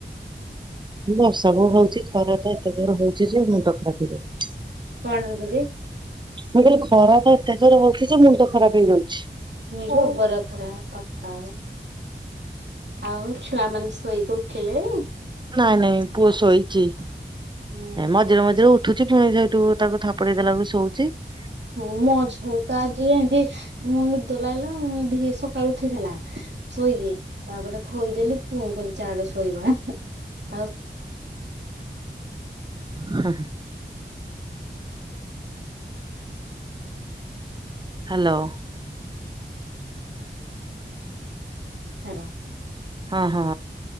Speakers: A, on the right; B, on the right.
A: ବର୍ଷା କଉ ହଉଛି ଖରା ତ ଏତେ ଜୋର ହଉଛି ଯେ ମୁଣ୍ଡ ଖରାପ ହେଇଯାଉଛି।
B: କଣ ଦିଦି,
A: ମୁଁ କହିଲି ଖରା ତ ଏତେ ଜୋରରେ ହଉଛି ଯେ ମୁଣ୍ଡ ଖରାପ ହେଇଯାଉଛି।
B: ଜବର ଖରା ପାକା, ଆଉ ଛୁଆ ମାନେ ଶୋଇକି ଉଠିଲେଣି?
A: ନାଇଁ ନାଇଁ ପୁଅ ଶୋଇଚି
B: ହୁଁ
A: ମଝିରେ ମଝିରେ ଉ ଉଠୁଛି ପୁଣି ସେଇଠୁ ତାକୁ ଥାପୁଡ଼େଇ ଦେଲାକୁ ଶୋଉଛି ।
B: ହୁଁ ମ ଝିଅତ ଆଜି ଏନ୍ତି ମୁଁ ନିଦ ଲାଗିଲା ମୁ ଧି ସକାଳୁ ଉଠିଥିଲା ଶୋଇକି ତାପରେ ଖୋଇଦେଲି ପୁଣି କରି ଚାଆଲେ ଶୋଇବା ଆଉ
A: ହଁ ହଁ । <inaudible> ହ୍ୟାଲୋ ।
B: ହ୍ୟାଲୋ।
A: ହଁ ହଁ